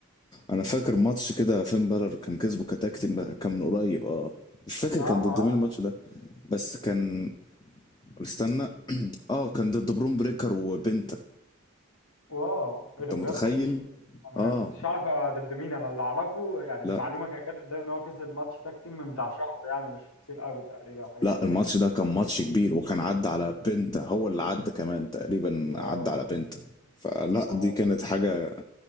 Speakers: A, on the left; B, on the left.
A: انا فاكر ماتش كده فين بالر كان كسبه كتاك تيم ده كان من قريب اه مش فاكر
B: اه
A: كان
B: ما
A: ضد مين
B: آه.
A: الماتش ده بس كان استنى <clears throat> اه كان ضد برون بريكر وبنتا
B: واو
A: انت
B: ايه ده بجد
A: متخيل
B: والله انا
A: اه
B: كنتش اعرف هو ضد مين انا اللي اعرفه يعني
A: لا
B: المعلومه كانت جت قدامي ان هو كسب ماتش تاك تيم من بتاع شهر يعني مش كتير قوي تقريبا حاجه
A: لا
B: كده
A: الماتش ده كان ماتش كبير وكان عدى على بنتا هو اللي عدى كمان تقريبا
B: واو
A: عدى على بنتا فلا
B: واو
A: دي كانت حاجة